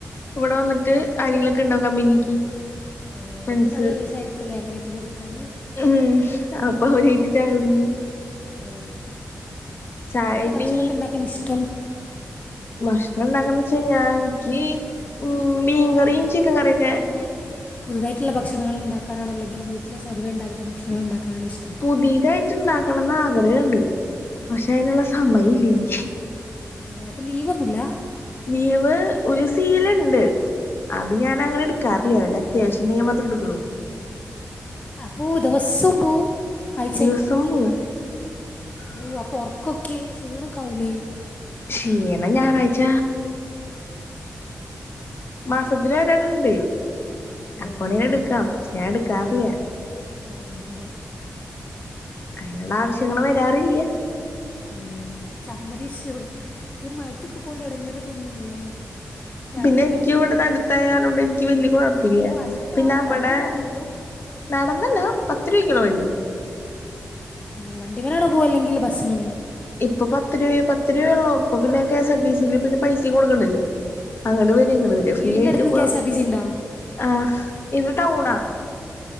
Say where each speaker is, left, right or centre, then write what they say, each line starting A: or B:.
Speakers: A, on the left; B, on the left.
A: ഇവിടെ വന്നിട്ട് ആരെങ്കിലൊക്കെണ്ടാ കമ്പനിക്ക്
B: ഓ
A: ഫ്രണ്ട്സ്
B: അപ്പൊ നല്ല രസായിരിക്കുംല്ലേ അങ്ങനെയൊക്കെ കുടിക്കാന്
A: ഉം അപ്പൊ അവരായ്ട്ട് ചായ കുടിക്കും.
B: ഓഹ്
A: ചായ
B: എന്താ ഭക്ഷണൊക്കെ
A: നീ
B: ഇണ്ടാക്കാനിഷ്ടം.
A: ഭക്ഷണം ഇണ്ടാകാന്ന് വെച്ച ഞാ എൻക്ക് ഉം മീൻ കറിയും ചിക്കൻ കറിയൊക്കെ
B: ന്നേ പുതുതായിട്ട്ള്ള ഭക്ഷണങ്ങള് ഉണ്ടാക്കാനണ അല്ലെങ്കി വീട്ടില് സ്വതവെ ഇണ്ടാക്കുന്ന ഭക്ഷണങ്ങൾ ഇണ്ടാക്കാനാണ് ഇഷ്ടം.
A: പുതീതായിട്ട് ഇണ്ടാക്കണംന്ന് ആഗ്രഹണ്ട്. പക്ഷെ അതിനുള്ള സമയം ഇല്ല എനിക്ക്
B: ഓഹ് അപ്പൊ ലീവ് ഒന്നുല്ല?
A: ലീവ് ഒരു സീല്ണ്ട് അത് ഞാനങ്ങനെ ഇട്ക്കാറില്ല. വല്ല്യ അത്യാവശ്യണ്ടങ്കി മാത്രം ഇട്ക്കുള്ളു.
B: അപ്പോ ദെവസ്സം പോവും ആയ്ച്ചേല്
A: ദിവസം പോവും
B: ഓഹ് അപ്പൊ ഒർക്കൊക്കെ ശീണൊക്കാവൂലേ
A: ക്ഷീണം ഞായറാഴ്ച മാസത്തില് ഒരെണ്ണണ്ട്.
B: ഓ
A: അപ്പ <unintelligible> എടുക്കാം
B: അങ്ങനെ
A: ഞാൻ എടുക്കാറില്ല.
B: ഓ അങ്ങനെ
A: അയ്ന്ള്ള ആവശ്യങ്ങള് വരാറില്ല.
B: ഏഹ് സമ്മതിച്ചു ഈ മയത്തൊക്കെ പോല എടങ്ങേറ് തോന്നുന്നില്ലേ രാവിലെ
A: പിന്നെ
B: എണീറ്റിട്ട്
A: എനിക്ക് ഇവിടെ നടുത്തായാലോണ്ട് എനിക്ക് വല്യ കൊഴപ്പില്ല
B: ഓ അടുത്താ
A: പിന്നെ അവടെ
B: നടന്നു പോകാനേ ഉള്ളൂ
A: നടന്നല്ലാ പത്ത് രൂപക്ക്ള്ള വഴിയുണ്ട്
B: ഓഹ് വണ്ടിമ്മലാണോ പോവ അല്ലെങ്കിൽ ബസ്സ് <unintelligible>
A: ഇപ്പൊ പത്ത് രൂപ പത്ത് രൂപയ ഉള്ളോ ഇപ്പൊ പിന്നെ കെ എസ്ആർ ടിസിൽ പിന്നെ പൈസയും കൊടുക്കണ്ടല്ലോ അങ്ങോട് വരുംഇങ്ങോട്
B: ഓ
A: വ
B: ഇപ്പം
A: രുംഫ്രീ
B: വീടിൻ്റെ
A: ആയിട്ട്
B: അടുത്തുനിന്ന്
A: പോവാം
B: കെ എസ് ആർ ടി സി ഉണ്ടോ
A: ആ ഇത് ടൗണാ